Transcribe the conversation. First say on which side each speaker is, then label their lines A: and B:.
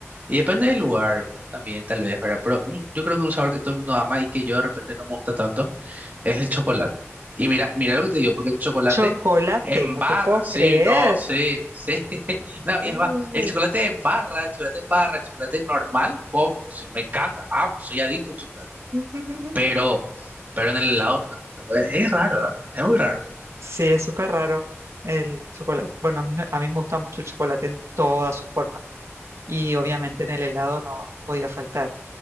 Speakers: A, on the right; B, on the right.
A: Y depende del lugar también, tal vez, ¿verdad? Pero un- yo creo que un sabor que todo el mundo ama y que yo de repente no me gusta tanto es el chocolate. Y mira, mira lo que te digo, porque el chocolate
B: Chocolate,
A: en
B: no
A: barra,
B: te puedo creer.
A: sí, no, sí, sí. <laughs> No,
B: Uh.
A: y es va, el chocolate en barra, el chocolate en barra, el chocolate normal, como, sí, me encanta, amo, soy adicto al chocolate.
B: <laughs>
A: Pero, pero en el helado no me gusta, pues, es raro, ¿verdad? Es muy raro.
B: Sí, es súper raro el chocolate. Bueno, a mí, me a mí me gusta mucho el chocolate en toda su forma. Y obviamente en el helado no, no podía faltar.